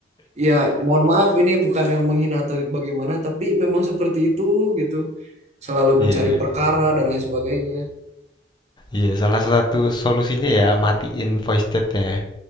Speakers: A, on the right; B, on the left.
A: Ya, mohon maaf ini bukan yang menghina atau bagaimana, tapi memang seperti itu gitu. Selalu
B: Iya
A: mencari
B: iya
A: perkara dan lain sebagainya.
B: iya salah satu solusinya ya matiin voice chat ya.